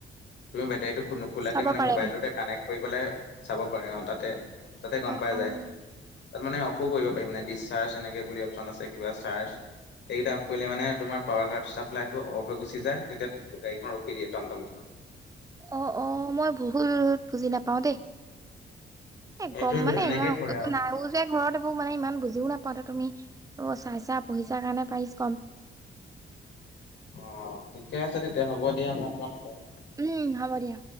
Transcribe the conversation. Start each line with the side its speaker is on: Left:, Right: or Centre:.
Left: তুমি বেটাৰীটো নোখোলাকে
Right: চাব
Left: মানে
Right: পাৰে
Left: মোবাইলটোতে কানেক্ট কৰি পেলাই চাব পাৰ অ তাতে তাতে গম
Right: অ',
Left: পোৱা যায়
Right: অ'।
Left: তাত মানে অফো কৰিব পাৰিম ন ডিচচাৰ্জ এনেকৈ বুলি অপশ্যন আছে কিবা চাৰ্জ সেইকেইটাফ কৰিলে মানে তোমাৰ পাৱাৰ চাপ্লাই টো অফ হৈ গুচি যায় তেতিয়া গাড়ীখন ৰখি দিয়ে টমটমখন
Right: অ অ মই ভহুত বুজি নাপাও দেই এ
Left: এইটোৱে
Right: গম মানে
Left: এনেকে
Right: ইমান
Left: কৰে
Right: এইবোৰ
Left: আৰু
Right: নাইও যে ঘৰত এইবোৰ মানে ইমান বুজিও নাপাওঁ তুমি চাইছা পঢ়িছা কাৰণে পাই ৰিছা।।
Left: অ ঠিকে আছে তেতিয়া হ'ব দিয়া মই অকমান।
Right: উম হব দিয়া।